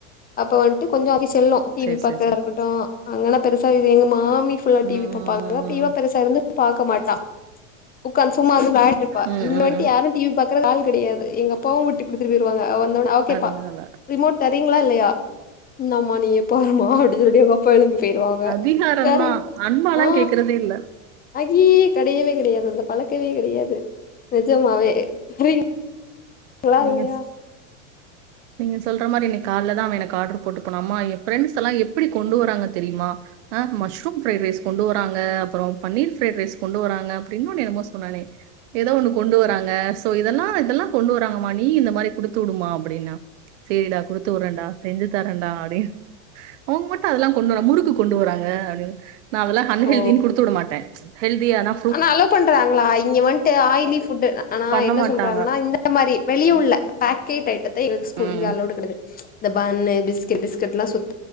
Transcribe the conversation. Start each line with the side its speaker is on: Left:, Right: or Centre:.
Left: அப்ப வந்துட்டு கொஞ்சோ அது செல்லம் டிவி
Right: சரி
Left: பாக்குறதாருக்கட்டு
Right: சரி சரி
Left: அங்கனா பெருசா இது எங்க மாமி ஃபுல்லா
Right: ம்
Left: டிவி பாப்பாங்க
Right: ம்,
Left: அப்ப இவ பெருசா இருந்து பாக்க மாட்டா உக்காந்து சும்மா வந்து விளயாடிட்டு இருப்பா
Right: ம், ம்,
Left: இங்க
Right: ம்,
Left: வந்துட்டு
Right: ம்.
Left: யாரு டிவி பாக்குறது ஆள் கடையாது எங்க அப்பாவு வுட்டு குடுத்துட்டு போயிருவாங்க அவ வந்தோன
Right: அதனால
Left: ரிமோட் தரீங்களா இல்லையா இந்தாம்மா நீயே பாரும்மா அப்டி சொல்லி எங்கப்பா எழும்பி போயிருவாங்க
Right: அதிகாரம்
Left: வேற,
Right: தான் அன்பாலாம்
Left: ஆ
Right: கேக்குறதே இல்ல
Left: அய்யய்யே கடையவே கடையாது அந்த பழக்கவே கடையாது நிஜமாவே ஃப்ரிங் இப்பலா
Right: நீங்க
Left: இல்லையா
Right: நீங்க சொல்ற மாரி இன்னக்கி கால்லதா அவ எனக்கு ஆர்டர் போட்டு போனா அம்மா எ பிரெண்ட்ஸ் எல்லா எப்டி கொண்டு வர்றாங்க தெரிமா ஆ, மஷ்ரூம் ஃபிரைடு ரைஸ் கொண்டு வராங்க அப்பறோ பனீர் ஃப்ரைடு ரைஸ் கொண்டு வராங்க அப்டி இன்னோன்னு என்னமோ சொன்னானே ஏதோ ஒண்ணு கொண்டு வராங்க சோ இதெல்லா இதெல்லா கொண்டு வராங்கமா நீயு இந்த மாரி குடுத்து வுடுமா அப்டின்னா சேரிடா குடுத்து வுடுறன்டா செஞ்சு தரண்டா அப்டின்னு அவங்க மட்டு அதெல்லா கொண்டு வராங்க முறுக்கு கொண்டுவறாங்க அப்டின்னு நா அதெல்லா அன்ஹெல்தினு
Left: ஓ
Right: குடுத்து விடமாட்டே ஹெல்தியாதா
Left: ஆனா அலோ பண்றாங்களா இங்க வந்துட்டு ஆயிலி ஃபுட் ஆனா
Right: பண்ண
Left: என்ன
Right: மாட்டாங்க.
Left: சொல்றாங்கன்னா இந்த இந்த மாதிரி வெளியே உள்ள பாக்கேட் ஐட்டத்த எங்களுக் ஸ்கூல்
Right: ம்.
Left: இங்க அலோடு கடையாது இந்த பன்னு பிஸ்கட் பிஸ்கட்டுலா சுத்